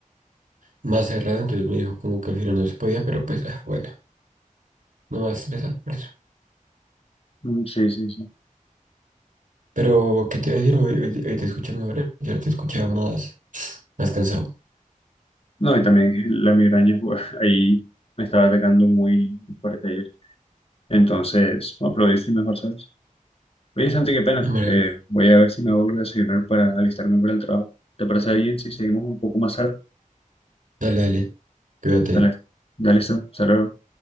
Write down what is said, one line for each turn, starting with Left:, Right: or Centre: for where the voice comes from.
Right: más cerrado, entonces me dijo como que al final no se podía, pero pues ah, bueno, no me va a estresar por eso.
Left: Mm, Sí, sí, sí.
Right: Pero, ¿qué te iba a decir? Hoy, hoy- te hoy te escuché mejor, ayer te escuchaba más, más cansado.
Left: No, y también la migraña, pues, <laughs> ahí me estaba atacando muy fuerte ayer. Entonces, no, pero yo estoy mejor, ¿sabes? Oye, Santi, qué pena.
Right: Me alegra.
Left: Eh, voy a ver si me vuelvo a desayunar para alistarme para el trabajo. ¿Te parece bien si seguimos un poco más tarde?
Right: Dale, dale, cuídate,
Left: Dale, dale, listo. Saludos.